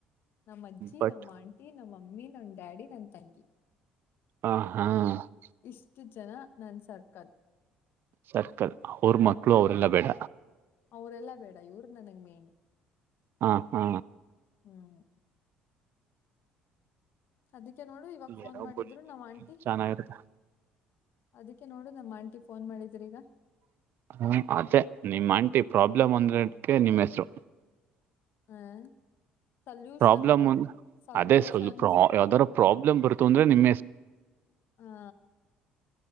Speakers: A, on the left; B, on the right.
A: ನಮ್ಮ ಅಜ್ಜಿ
B: ಬಟ್
A: ನಮ್ಮ ಆಂಟ ನಮ್ಮ ಮಮ್ಮಿ, ನನ್ ಡ್ಯಾಡಿ, ನನ್ ತಂಗಿ
B: ಆ ಹಾ <unintelligible>
A: ಇಷ್ಟು ಜನ ನನ್ ಸರ್ಕಲ್
B: ಸರ್ಕಲ್ ಅವ್ರ ಮಕ್ಳು ಅವರೆಲ್ಲ ಬೇಡ.
A: ಅವರೆಲ್ಲ ಬೇಡ ಇವ್ರ ನನಗ್ ಮೇನ್
B: ಹಾ, ಹಾ
A: ಹ್ಮ್, ಅದಕ್ಕೆ ನೋಡು ಇವಾಗ ಫೋನ್
B: ಏನೋ
A: ಮಾಡಿದ್ರು
B: ಬಿಡಿ
A: ನಮ್ಮ ಆಂಟಿ.
B: ಚೆನ್ನಾಗಿರುತ್ತೆ
A: ಅದಕ್ಕೆ ನೋಡು ನಮ್ಮ ಆಂಟಿ ಫೋನ್ ಮಾಡಿದ್ರಿ ಈಗ.
B: ಹ ಅದೇ ನಿಮ್ಮ್ ಆಂಟಿ ಪ್ರಾಬ್ಲಮ್ ಒಂದ್ರಕ್ಕೆ ನಿಮ್ಮ್ ಹೆಸರು
A: ಹಾ, ಸಲ್ಯೂಷನ್,
B: ಪ್ರಾಬ್ಲಮ್
A: ಸಲ್ಯೂಷನ್
B: ಅದೇ ಸ್ವಲ್ಪ ಯಾವ್ದಾರ ಪ್ರಾಬ್ಲಮ್ ಬರುತ ಅಂದ್ರೆ ನಿಮ್ಮ
A: ಹಾ,,